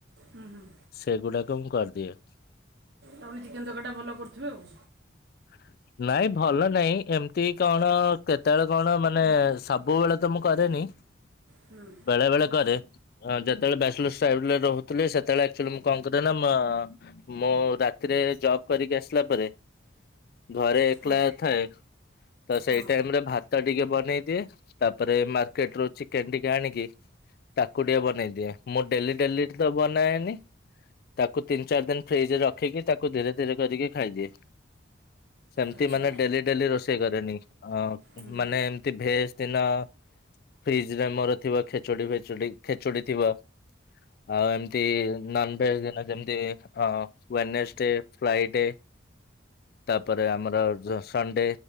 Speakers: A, on the right (about 55°); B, on the left (about 50°).
A: ହୁଁ ହୁଁ
B: ସେଗୁଡାକ ମୁଁ କରିଦିଏ।
A: ତାପରେ ଚିକେନ ତରକାରୀଟା ଭଲ କରୁଥିବେ ଆଉ
B: ହଁ ନାଇଁ ଭଲ ନାଇଁ ଏମିତି କଣ କେତେବେଳେ କଣ ମାନେ ସବୁବେଳେ ତ ମୁଁ କରେନି। <unintelligible>
A: ହୁଁ
B: ବେଳେ ବେଳେ କରେ ଅ ଯେତେବେଳେ <unintelligible> ରହୁଥିଲେ ସେତେବେଳେ ଆକଚୁଆଲି ମୁଁ କଣ କରେ ନା ମ ମୁଁ ରାତିରେ ଜବ୍ କରିକି ଆସିଲା ପରେ ଘରେ ଏକଲା
A: ହଁ
B: ଥାଏ ତ ସେଇ
A: ହଁ
B: ଟାଇମରେ ଭାତ ଟିକେ ବନେଇ ଦିଏ। ତାପରେ ମାର୍କେଟରୁ ଚିକେନ ଟିକେ ଆଣିକି ତାକୁ ଟିକେ ବନେଇ ଦିଏ ମୁଁ ଡେଲି ଡେଲି ତ ବନାଏନି ତାକୁ ତିନି ଚାରି ଦିନ ଫ୍ରିଜରେ ରଖିକି ତାକୁ ଧୀରେ ଧୀରେ କରିକି ଖାଇଦିଏ। ସେମତି
A: ଆଚ୍ଛା
B: ମାନେ ଡେଲି ଡେଲି ରୋଷେଇ କରେନି ଅ
A: ହୁଁ
B: ମାନେ ଏମତି ଭେଜ ଦିନ ଫ୍ରିଜରେ ମୋର ଥିବା ଖେଚୁଡି ଫେଚୁଡି ଖେଚୁଡି ଥିବ। ଆଉ ଏମତି ନନଭେଜ ଦିନ ଯେମତି ଅ ୱେନେସ୍ ଡେ ଫ୍ଲାଇ ଡେ ତାପରେ ଆମର ଜ ସଣ୍ଡେ